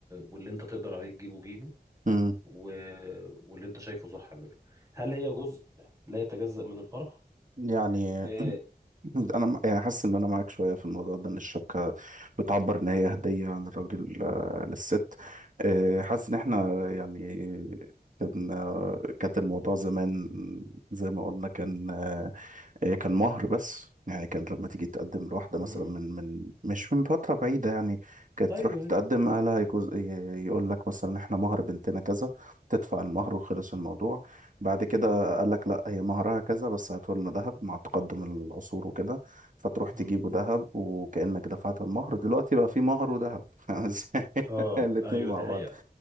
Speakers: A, on the right; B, on the right.
A: واللي انت تقدر عليه تجيبه جيبه
B: مم.
A: و... واللي انت شايفه صح اعمله هل هي جزء لا يتجزأ من الفرح
B: يعني
A: آه،
B: <laughs> انا م- يعني حاسس ان انا معاك شويه في الموضوع ده ان الشبكه بتعبر ان هي هديه عن الراجل آه، للست آه، حاسس ان احنا يعني كان آه، كانت الموضوع زمان زي ما قلنا كان آه، إيه، كان مهر بس يعني كان لما تيجي تقدم لواحدة
A: مم.
B: مثلا من من مش من فترة بعيدة يعني كانت
A: ايوه
B: تروح تتقدم
A: أيوة.
B: أهلها يجوز يقول لك مثلا إحنا مهر بنتنا كذا تدفع المهر وخلص الموضوع بعد كده
A: اه
B: قال لك لا هي مهرها كذا بس هاته لنا ذهب مع تقدم العصور وكده فتروح
A: مم.
B: تجيبه ذهب وكأنك دفعت المهر دلوقتي بقى في مهر وذهب <laughs> فاهم إزاي؟
A: اه
B: الاتنين
A: ايوه
B: مع
A: دي حقيقة
B: بعض